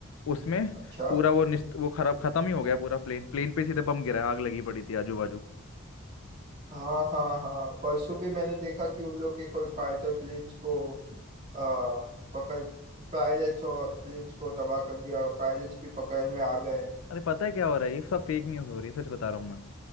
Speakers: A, on the left; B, on the right.
A: उसमें
B: अच्छा
A: पूरा वो निस्त वो खराब खत्म ही हो गया पूरा प्लेन प्लेन पे सीधे बम गिरा आग लगी पड़ी थी आजू बाजू
B: हाँ हाँ हाँ परसों भी मैंने देखा कि उन लोग के कोई फाइटर प्लेन्स को आ, पकड़ पायलट्स और प्लेन्स को तबाह कर दिया पायलट्स भी पकड़ में आ गए
A: अरे पता है क्या हो रहा है ये सब फेक न्यूज़ हो रही है सच बता रहा हूँ मैं